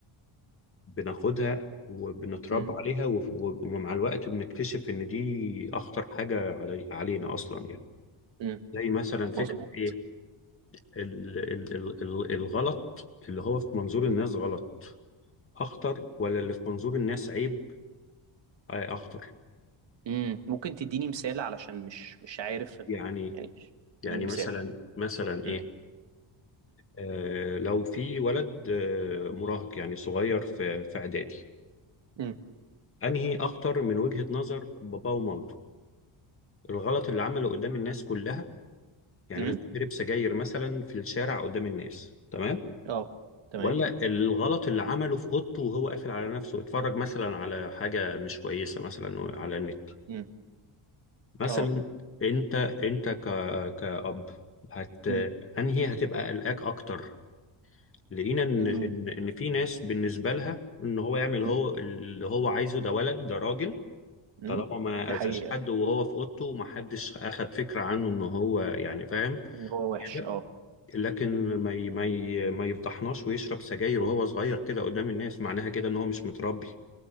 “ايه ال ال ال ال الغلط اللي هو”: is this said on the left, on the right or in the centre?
Left